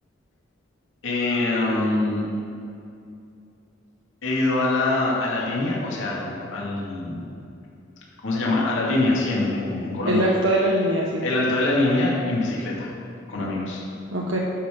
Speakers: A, on the left; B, on the right.
A: eh, um, he ido a la, a la línea, o sea, al, al- ¿cómo se llama? A la línea, sí, en, en- en Colombia.
B: El alto de la línea, sí.
A: El alto de la línea en bicicleta, con amigos.
B: Ok.